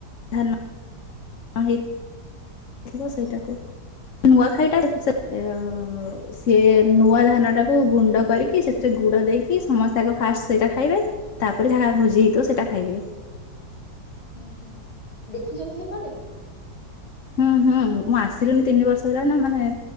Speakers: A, on the left; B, on the left.
A: ଧାନ <unintelligible> ଥିବ ସେଇଟାକୁ, ନୂଆଖାଇଟା <unintelligible> ସିଏ ନୂଆ ଧାନ ଟାକୁ ଗୁଣ୍ଡ କରିକି ସେଥିରେ ଗୁଡ ଦେଇକି ସମସ୍ତେ ଆଗ ଫାଷ୍ଟ ସେଇଟା ଖାଇବେ। ତାପରେ ଯାହା ଭୋଜି ହେଇଥିବ ସେଟା ଖାଇବେ।
B: ଉଁ ହୁଁ। ଦେଖିଛନ୍ତି ସେପଟେ?
A: ହୁଁ ହୁଁ। ମୁଁ ଆସିଲିଣି ତିନି ବର୍ଷ ହେଲାଣି ନା ମାନେ